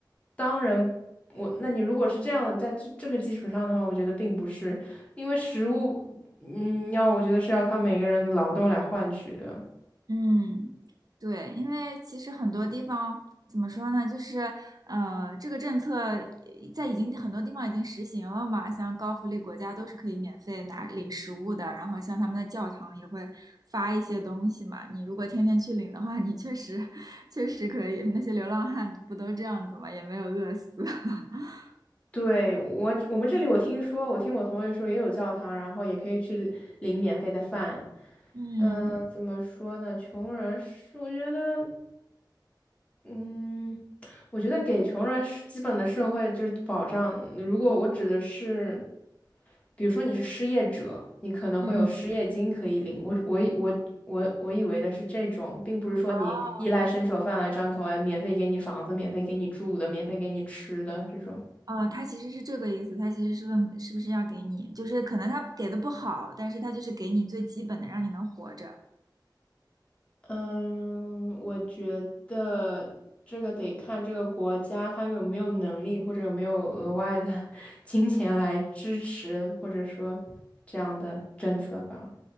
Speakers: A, on the left (about 15°); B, on the right (about 55°).
A: 当然我，那你如果是这样，在这这个基础上的话，我觉得并不是，因为食物，嗯，要我觉得是要靠每个人的劳动来换取的。
B: 嗯，对，因为其实很多地方怎么说呢，就是呃，这个政策已在已经很多地方已经实行了嘛，像高福利国家都是可以免费拿领食物的，然后像他们的教堂也会发一些东西嘛，你如果天天去领的话，你确实 <laughs> 确实可以，那些流浪汉不都这样子嘛，也没有饿死。<laughs>
A: 对，我，我们这里我听说，我听我同学说也有教堂，然后也可以去领免费的饭。
B: 嗯
A: 嗯、怎么说呢？穷人是，我觉得。嗯，我觉得给穷人是基本的社会就是保障。如果我指的是，比如说你是失业者，你可能会有失业金可以领。
B: 嗯，
A: 我我以我我我以为的是这种，并不是说你衣来伸手饭来张口，
B: 哦。
A: 哎，免费给你房子，免费给你住的，免费给你吃的这种。
B: 哦，他其实是这个意思，他其实是问是不是要给你，就是可能他给的不好，但是他就是给你最基本的，让你能活着。
A: 嗯，我觉得这个得看这个国家它有没有能力，或者有没有额外的 <laughs> 金钱来支持，或者说这样的政策吧。